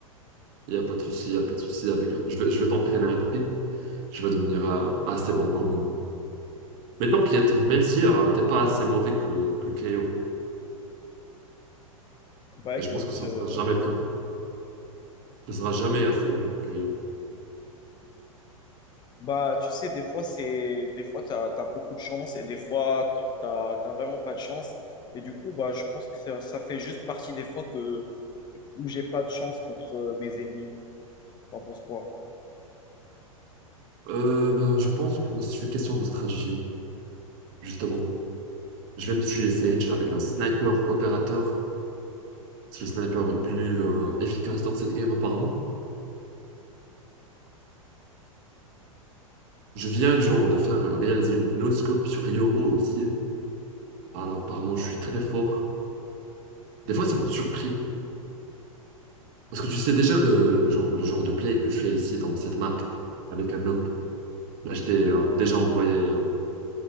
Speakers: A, on the right (about 40°); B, on the left (about 25°).
A: il Y a pas de souci, il y a pas de souci avec. Je vais je vais t'entraîner après. Tu vas devenir euh, assez bon comme moi. Mais t'inquiète, même si euh, t'es pas assez mauvais que que KO,
B: Bah
A: et
B: écoute,
A: je pense que ça
B: euh,
A: ne sera jamais le cas. Tu ne seras jamais assez mauvais que KO.
B: Bah, tu sais, des fois, c'est, des fois, t'as, t'as beaucoup de chance et des fois, t'as, t'as t'as vraiment pas de chance. Et du coup, bah, je pense que ça, ça fait juste partie des fois que, où j'ai pas de chance contre euh, mes ennemis. T'en penses quoi?
A: Euh, ben, je pense que c'est une question de stratégie, justement. Je vais me tuer Sage avec un sniper opérateur. C'est le sniper le plus euh, efficace dans cette game apparemment. Je viens genre de faire réaliser une no-scope sur Yoru aussi. Alors apparemment je suis très fort. Des fois ça m'a surpris. Parce que tu sais déjà que genre, le genre de play que je fais ici dans cette map avec un op. Là je t'ai euh, déjà envoyé euh,